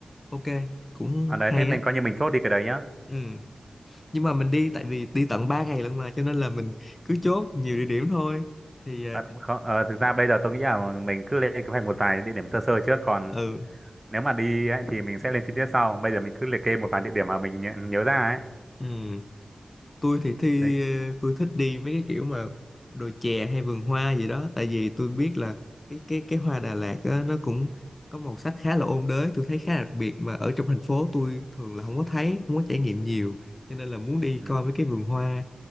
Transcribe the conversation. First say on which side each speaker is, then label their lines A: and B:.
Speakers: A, on the left; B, on the right.
A: ok cũng
B: ở đấy
A: hay
B: thế mình
A: á
B: coi như mình chốt đi cái đấy nhá
A: ừ. nhưng mà mình đi tại vì đi tận 3 ngày lận mà cho nên là mình cứ chốt nhiều địa điểm thôi thì ờ,
B: À, không, ờ, thực ra bây giờ tôi nghĩ là mình cứ lên kế hoạch một vài địa điểm sơ sơ trước còn
A: ừ
B: nếu mà đi ấy, thì mình sẽ lên chi tiết sau bây giờ mình cứ liệt kê một vài địa điểm mà mình nhớ nhớ ra ấy
A: ừ tôi thì thi
B: Đấy.
A: ờ, tôi thích đi mấy cái kiểu mà đồi chè hay vườn hoa gì đó tại vì tôi biết là cái cái cái hoa Đà Lạt á, nó cũng có màu sắc khá là ôn đới tôi thấy khá là đặc biệt mà ở trong thành phố tôi thường là không có thấy không có trải nghiệm nhiều cho nên là muốn đi
B: Ừ.
A: coi mấy cái vườn hoa